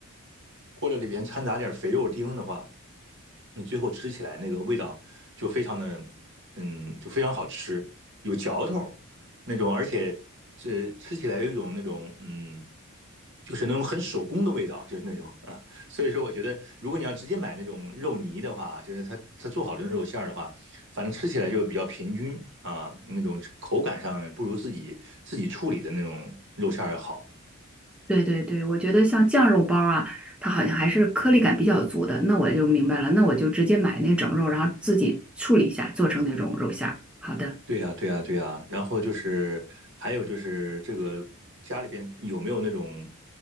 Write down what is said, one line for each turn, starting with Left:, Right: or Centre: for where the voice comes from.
Right: 或者里边掺杂点肥肉丁儿的话，你最后吃起来那个味道就非常的，嗯，就非常好吃，有嚼头那种，而且是吃起来有一种那种，嗯，就是那种很手工的味道，就是那种啊。所以说，我觉得如果你要直接买那种肉泥的话，就是它它做好的肉馅儿的话，反正吃起来就比较平均啊，那种口感上呢不如自己自己处理的那种肉馅儿要好。
Centre: 对对对，我觉得像酱肉包啊，它好像还是颗粒感比较足的。那我就明白了，那我就直接买那整肉，然后自己处理一下，做成那种肉馅儿。好的，
Right: 对呀，对呀，对呀。然后就是还有就是这个家里边有没有那种